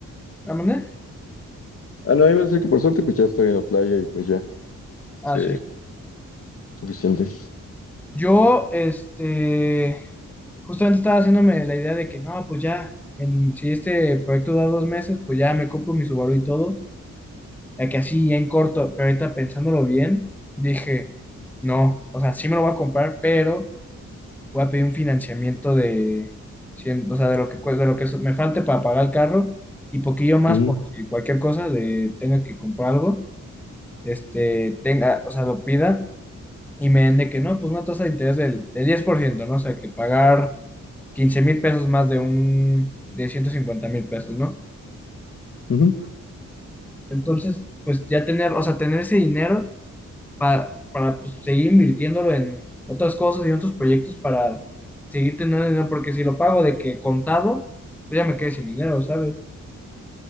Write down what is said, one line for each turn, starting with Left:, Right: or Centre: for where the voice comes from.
Centre: ¿mande?
Left: Ah, no, yo pensé que por suerte pues ya estoy en la playa y pues ya,
Centre: Ah,
Left: sí,
Centre: sí.
Left: suficiente.
Centre: Yo, este, justamente estaba haciéndome la idea de que no, pues ya, en, si este proyecto da dos meses, pues ya me compro mi Subaru y todo, ya que así ya en corto, pero ahorita pensándolo bien, dije, no, o sea, sí me lo voy a comprar, pero voy a pedir un financiamiento de, cien- o sea, de lo que, cue- de lo que so- me falte para pagar el carro y poquillo más
Left: Ujú,
Centre: por si cualquier cosa de tenga que comprar algo, este, tenga, o sea, lo pida y me den de que no, pues una tasa de interés del, del diez por ciento ¿no? O sea, que pagar quince mil pesos más de un, de ciento cincuenta mil pesos, ¿no?
Left: ujú.
Centre: Entonces, pues ya tener, o sea, tener ese dinero para, para pues, seguir invirtiéndolo en otras cosas y en otros proyectos para seguir teniendo dinero, porque si lo pago de que contado, pues ya me quedé sin dinero, ¿sabes?